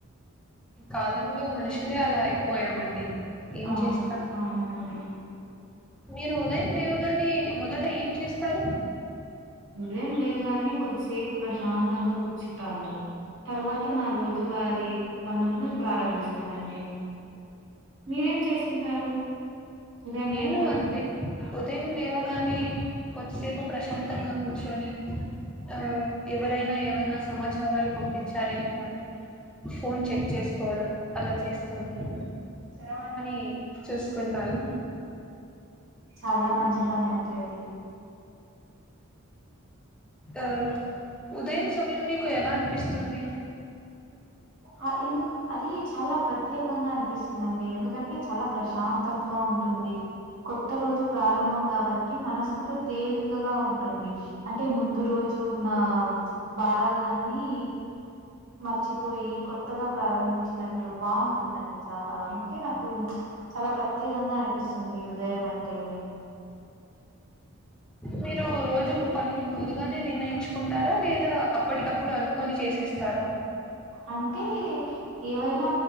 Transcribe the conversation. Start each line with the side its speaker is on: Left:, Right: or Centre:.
Centre: కాలంలో మనుషులే అలా అయిపోయామండి. ఏం
Right: అవు
Centre: చేస్తాం
Right: అవునండి.
Centre: మీరు ఉదయం లేవగానే మొదట ఏం చేస్తారు.
Right: ఉదయం లేవగానే కొద్దిసేపు ప్రశాంతంగా కూర్చుంటాను. తర్వాత నా రోజు వారి పనుల్ని ప్రారంభిస్తానండి. మీరేం చేస్తుంటారు ఉదయం
Centre: నేను
Right: లేవగానే?
Centre: అంతే ఉదయం లేేవగానే కొద్దిసేపు ప్రశాంతంగా కూర్చొని ఆ ఎవరైనా ఏవైనా సమాచారాలు పంపి సారేమో అని ఫోన్ చెక్ చేసుకోవడం అలా చేస్త ఉంటం
Right: సరాం
Centre: టీ చూస్కుంటాను.
Right: చాలా మంచి పని అండి అది
Centre: ఆ ఉదయం సమయం మీకు ఎలా అనిపిస్తుంది
Right: ఆ ఎందుకు అది చాలా ప్రత్యేకంగా అనిపిస్తుందిండి ఎందుకంటే చాలా ప్రశాంతంగా ఉంటుంది కొత్త రోజు ప్రారంభం కాబట్టి మనసు కూడా తేలికగా ఉంటుంది అంటే ముందు రోజు ఉన్న బరల్నని మర్చిపోయి కొత్తగా ప్రారంభించినట్టు బాగుంటుందండి చాలా అందుకే నాకు హ్మ్ చాల ప్రత్యేకంగా అనిపిస్తుంది ఉదయం అంటేనే
Centre: మీరు రోజుకు ఫైర్ ముందుగానే నిర్ణయించుకుంటారా లేదా అప్పటికప్పుడె అనుకని చేసేస్తార
Right: అంటే ఏవైనా